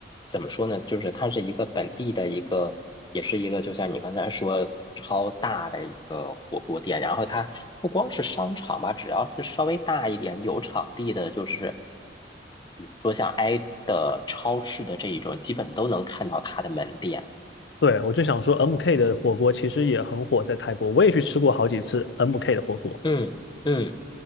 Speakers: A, on the left; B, on the left.
A: 怎么说呢？就是它是一个本地的一个，也是一个，就像你刚才说超大的一个火锅店。然后它不光是商场吧，只要是稍微大一点有场地的，就是比如说像挨的超市的这一种，基本都能看到它的门店。
B: 对，我就想说，MK 的火锅其实也很火，在泰国，我也去吃过好几次 MK 的火锅，
A: 嗯嗯。